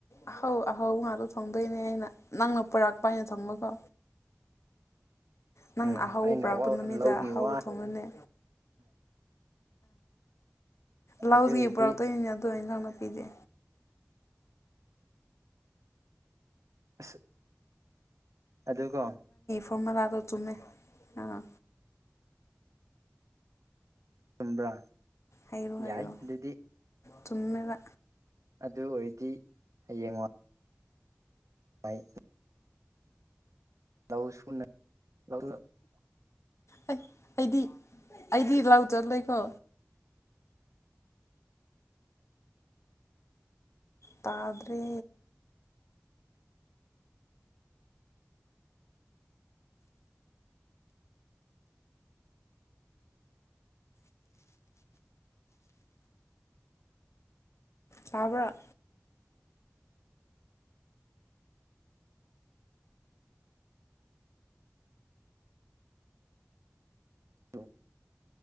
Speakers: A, on the left; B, on the right.
A: ꯑꯍꯧ ꯑꯍꯧ ꯉꯥꯛꯇ ꯊꯣꯡꯗꯣꯏꯅꯦ ꯑꯩꯅ ꯅꯪꯅ ꯄꯨꯔꯛꯄ ꯑꯩꯅ ꯊꯣꯡꯕꯀꯣ ꯅꯪꯅ
B: ꯎꯝ
A: ꯑꯍꯥꯎꯕ
B: ꯑꯩꯅ
A: ꯄꯨꯔꯛꯄ
B: ꯋꯥ
A: ꯅꯨꯃꯤꯗ
B: ꯂꯧꯒꯤ
A: ꯑꯍꯥꯎꯕ
B: ꯋꯥꯅ
A: ꯊꯣꯡꯗꯣꯢꯅꯦ ꯂꯧꯗꯩ
B: ꯑꯗꯨ ꯑꯣꯏꯔꯗꯤ
A: ꯄꯨꯔꯥꯛ ꯇꯣꯏꯅꯤꯅꯦ ꯑꯗꯣ ꯢꯖꯥꯡ ꯅꯥꯄꯤꯗꯤ
B: ꯑꯁ ꯑꯗꯨꯀꯣ
A: ꯐꯣꯔꯃꯨꯂꯥꯗꯨ ꯆꯨꯝꯃꯦ ꯑꯥ
B: ꯆꯨꯝꯕ꯭ꯔꯥ
A: ꯍꯩꯔꯣ ꯍꯩꯔꯣ
B: ꯌꯥꯏ ꯑꯗꯨꯗꯤ
A: ꯆꯨꯝꯃꯦꯕ
B: ꯑꯗꯨ ꯑꯣꯏꯔꯗꯤ ꯍꯌꯦꯡꯉꯣ ꯑꯩ ꯂꯧ ꯁꯨꯅ <unintelligible>
A: ꯑꯩ ꯑꯩꯗꯤ ꯑꯩꯗꯤ ꯂꯧ ꯆꯠꯂꯣꯢꯀꯣ ꯇꯥꯗ꯭ꯔꯦ ꯇꯕ꯭ꯔꯥ
B: <unintelligible>